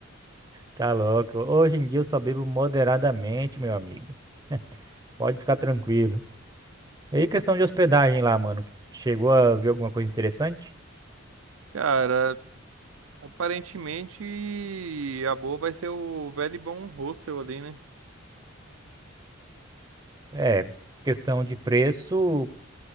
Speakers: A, on the right (about 20°); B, on the right (about 80°).
A: tá louco. Hoje em dia eu só bebo moderadamente, meu amigo. Pode ficar tranquilo. E aí, questão de hospedagem lá, mano. Chegou a ver alguma coisa interessante?
B: Cara, aparentemente a boa vai ser o velho e bom hostel ali, né?
A: É, questão de preço,